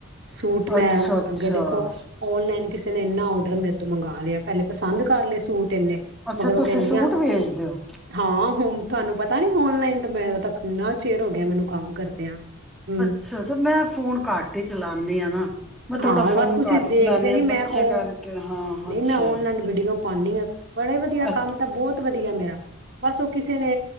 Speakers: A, on the right; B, in the centre.
A: ਸੂਟ ਮੈਂ
B: ਅੱਛਾ-ਅੱਛਾ,
A: ਅੱਗੇ ਦੇਖੋ
B: ਅੱਛਾ
A: ਆਨਲਾਈਨ ਕਿਸੇ ਨੇ ਇੰਨਾ ਔਡਰ ਮੇਰੇ ਤੋਂ ਮੰਗਵਾ ਲਿਆ ਪਹਿਲੇ ਪਸੰਦ ਕਰ ਲਏ ਸੂਟ ਤਿੰਨੇ
B: ਅੱਛਾ
A: ਮਗਰੋਂ
B: ਤੁਸੀਂ
A: ਕਹਿੰਦੀਆਂ
B: ਸੂਟ ਵੇਚਦੇ ਹੋ?
A: ਹਾਂ ਹੁਣ ਤੁਹਾਨੂੰ ਪਤਾ ਨੀ ਔਨਲਾਈਨ ਤੇ ਮੈਂ ਤੱਕ ਇੰਨਾ ਚਿਰ ਹੋ ਗਿਆ ਮੈਨੂੰ। ਕੰਮ ਕਰਦਿਆਂ ਹਮ।
B: ਅੱਛਾ ਅੱਛਾ ਮੈਂ ਫੋਨ ਘੱਟ ਹੀ ਚਲਾਨੀ ਆ ਨਾ ਮੈਂ ਥੋੜਾ
A: ਹਾਂ
B: ਫੋਨ
A: ਬਸ ਤੁਸੀਂ
B: ਘੱਟ
A: ਦੇਖਦੇ
B: ਚਲਾਨੀ
A: ਨੀ
B: ਆ ਬੱਚੇ
A: ਮੈਂ ਉਹ
B: ਕਰਕੇ ਹਾਂ
A: ਨਹੀਂ
B: ਅੱਛਾ
A: ਮੈਂ ਔਨਲਾਈਨ ਵੀਡੀਓ ਪਾਉਂਦੀ ਹਾਂ ਬੜੇ ਵਧੀਆ
B: ਅਛ।
A: ਕੰਮ ਤਾਂ ਬਹੁਤ ਵਧੀਆ ਮੇਰਾ। ਬਸ ਉਹ ਕਿਸੇ ਨੇ